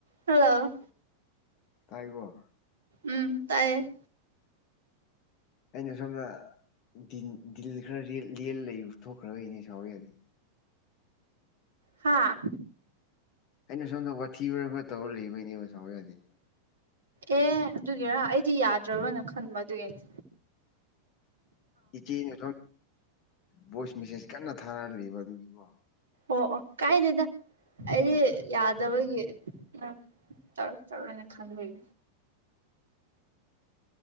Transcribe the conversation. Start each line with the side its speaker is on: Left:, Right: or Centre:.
Right: ꯍꯜꯂꯣ
Left: ꯇꯥꯔꯤꯕꫭ
Right: ꯎꯝ ꯇꯥꯏꯌꯦ
Left: ꯑꯩꯅ ꯁꯨꯝꯗ ꯗꯤꯟ ꯗꯤꯜ ꯈꯔ ꯂꯦ ꯂꯩ ꯊꯣꯛꯈ꯭ꯔꯒꯩꯅꯦ ꯁꯥꯎ ꯌꯥꯗꯦ
Right: ꯍꯥꯥ
Left: ꯑꯩꯅ ꯁꯣꯝꯗ ꯋꯥꯊꯤ ꯋꯥꯔꯦꯝ ꯈ ꯇꯧꯔ ꯂꯩꯕꯩꯅꯦꯕ ꯁꯥꯎ ꯌꯥꯗꯦ
Right: ꯑꯦ ꯑꯗꯨꯒꯤꯔꫭ ꯑꯩꯗꯤ ꯌꯥꯗ꯭ꯔꯕꯅ ꯈꯟꯕ ꯑꯗꯨꯒꯤꯅꯦ
Left: ꯏꯆꯥꯦꯅꯦ ꯚꯣꯏꯁ ꯃꯦꯁꯦꯖ ꯀꯟꯅ ꯊꯥꯔꯛꯂꯤꯕ ꯑꯗꯨꯒꯤꯀꯣ
Right: ꯑꯣ ꯑꯣ ꯀꯥꯏꯗꯦꯗ ꯑꯩꯗꯤ
Left: ꯑꯗꯨꯝ
Right: ꯌꯥꯗꯕꯒꯤ ꯎꯝ ꯇꯧꯔꯛ ꯇꯕꯅꯦ ꯈꯟꯕꯩ